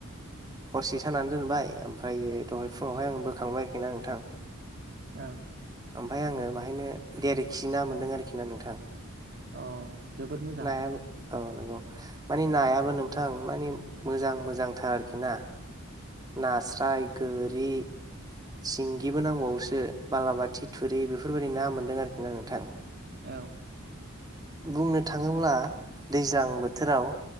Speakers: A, on the right; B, on the right.
A: हरसे सानानै दोनबाय ओमफ्रायो दहाय फुङावहाय आं बोखांबाय आरोखि ना नोंथां।
B: औ।
A: ओमफ्राय आङो बाहायनो देरखि ना मोनदों आरोखि ना नोंथां।
B: औ जोबोद मोजां।
A: नायाबो औ नंगौ। माने नायाबो नोंथां मानि मोजां मोजांथार आरोखि ना नास्राय गोरि सिंगिबो नांबावोसो बालाबाथि थुरि बेफोरबायदि ना मोनदों आरोखि ना नोंथां।
B: औ।
A: बुंनो थाङोब्ला दैज्लां बोथोराव